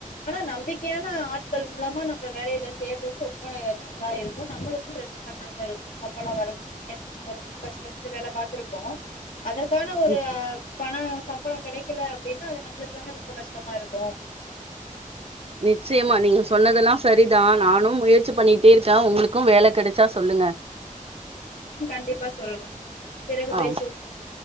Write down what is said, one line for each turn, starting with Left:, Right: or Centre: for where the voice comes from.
Left: ஆனா நம்பிக்கையான ஆட்கள் மூலமா நம்ம வேலையில சேர்றது ரொம்ப நல்லா இருக்கும் நம்மளுக்கு பிரச்சனை இல்லாம இருக்கும் சம்பளம் வரதுக்கு ஏன்னா நம்ம ரொம்ப கஷ்டப்பட்டு வேல பாத்திருப்போம் அதற்கான ஒரு
Right: நி-
Left: பணம் சம்பளம் கிடைக்கல அப்படின்னா அது நம்மளுக்கு தானே ரொம்ப கஷ்டமா இருக்கும்
Right: நிச்சயமா நீங்க சொன்னதெல்லாம் சரிதான் நானும் முயற்சி பண்ணிட்டே இருக்கேன் உங்களுக்கும் வேல கிடைச்சா சொல்லுங்க
Left: ம் கண்டிப்பா சொல்றேன் பிறகு
Right: ஆ
Left: பேசுவோம் தோழி